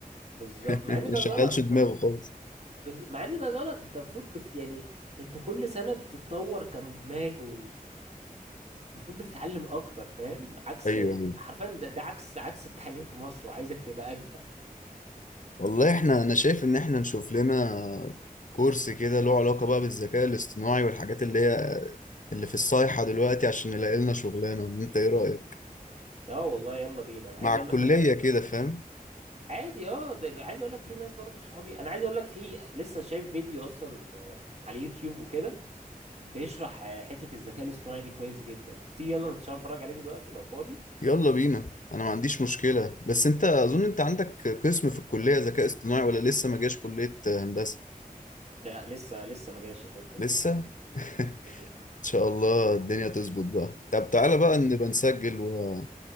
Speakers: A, on the right (about 45°); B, on the left (about 55°).
A: بالظبط
B: <laughs>
A: مع ان
B: ما
A: ده
B: شغلش
A: غلط انت
B: دماغه خالص
A: بز... مع ان ده غلط انت المفروض بت... يعني انت كل سنة بتتطور كدماغ ومفروض بتتعلم اكتر فاهم عكس
B: ايوه ايوه
A: حرفيا ده, ده عكس ده عكس التعليم في مصر وعايزك تبقى اجدد
B: والله احنا انا شايف ان احنا نشوف لنا كورس كده له علاقة بقى بالذكاء الاصطناعي والحاجات اللي هي اللي في الصيحة دلوقتي عشان نلاقي لنا شغلانة انت ايه رأيك
A: اه والله يلا بينا انا
B: مع
A: عايز اقول
B: الكلية
A: لك انا
B: كده فاهم
A: عادي اه ده عايز اقول لك في ناس برضو صحابي انا عايز اقول لك في لسه شايف فيديو اصلا آه، على يوتيوب وكده بيشرح آه، حتة الذكاء الاصطناعي دي كويس جدا تيجي يلا نتشرف نتفرج عليه دلوقتي لو فاضي
B: يلا بينا انا ما عنديش مشكلة بس انت اظن انت عندك قسم في الكلية ذكاء اصطناعي ولا لسه ما جاش كلية هندسة
A: لا لسه لسه ما جاش الحتة
B: لسه
A: دي
B: <laughs> ان
A: مم.
B: شاء الله الدنيا تظبط بقى طب تعالى بقى
A: يلا
B: نبقى نسجل و...